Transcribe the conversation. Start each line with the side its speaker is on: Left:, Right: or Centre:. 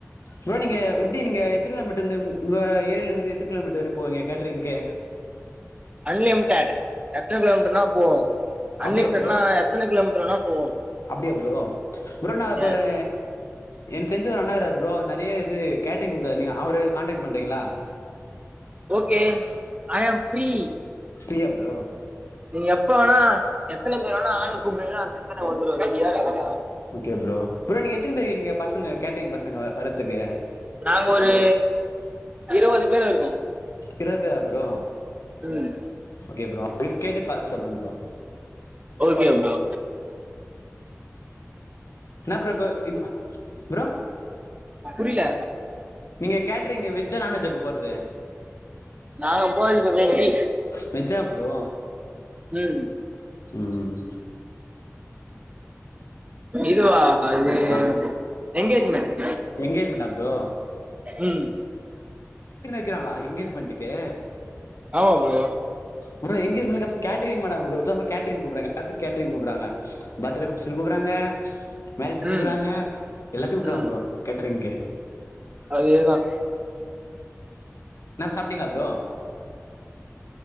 Left: ப்ரோ நீங்க எப்டி நீங்க எத்தன்ன மீட்டர்ல இருந்து உ உங்க ஏரியில இருந்து எத்தினா கிலோமீட்டர் வர போவீங்க கேட்டரிங்கு
Right: லீம் தானு எத்துன கிலோமீட்டர்னா போவோ அன்லிமிடட்னா
Left: அப்டியா ப்ரோ
Right: எத்தனை கிலோமீட்டர் வேனா போவம்
Left: அப்டியா ப்ரோ ப்ரோ நா இப்ப
Right: எஸ்
Left: ஒரு எனக்கு தெரிஞ்ச ஒரு அண்ணா இருக்றார் ப்ரோ அவர் நிறைய இது கேட்ரிங் கூப்டுவாறு நீங்க அவர காண்டேக்ட் பண்றீங்களா
Right: ஓகே ஐ ஆம் ஃப்ரீ
Left: ஃப்ரீயா ப்ரோ
Right: நீ எப்ப வேணா எத்தன பேர் வேனா ஆளு கூப்ரிங்லோ டுத்த ம்சோ வந்துரு ரெடியா இருங்க
Left: ஓகே ப்ரோ ப்ரோ நீங்க எத்தினி பேர் இருக்கீங்க பசங்க கேட்ரி்ங் பசங்க வரதுக்கு
Right: நாங்க ஒரு இருபது பேர் இருக்கோ
Left: இருவது பேரா ப்ரோ
Right: ம்
Left: ஓகே ப்ரோ அவங்கள்ட்ட கேட்டு பாத்து சொல்றே ப்ரோ
Right: ஓகே ப்ரோ
Left: என்ன ப்ரோ இப்ப இப்ப ப்ரோ
Right: புரில
Left: நீங்க கேட்ரிங் வெஜ்ஜா நான்வெஜ்ஜா இப்ப போறது
Right: நாங்க போறது இப்ப வெஜ்ஜி
Left: மெஜ்ஜா ப்ரோ
Right: ம்
Left: உம்
Right: இதுவா இது
Left: ஆ
Right: எங்கேஜ்மெண்ட்
Left: எங்கேஜ்மெண்டா ப்ரோ
Right: ம்
Left: வக்கிறாங்களா எங்கேஜ்மெண்ட்க்கு
Right: ஆமா ப்ரோ
Left: ப்ரோ எங்கேஜ்மெண்ட்க்லா அப்போ கேட்ரிங் வக்க மாட்டாங்க ப்ரோ இப்போ தா ப்ரோ கேட்ரிங் கூப்டுறாங்க எல்லாதுக்கு கேட்ரிங் கூப்டுறாங்க பர்த்டே பங்க்ஷன்க்கு கூப்டுறாங்க மேரேஜ்க்கு கூப்டுறாங்க
Right: ம்
Left: எல்லாதுக்கு கூப்டுறாங்க
Right: ம்
Left: ப்ரோ கேட்ரிங்க்கு
Right: அதேதான்
Left: இன்னா சாப்டீங்களா ப்ரோ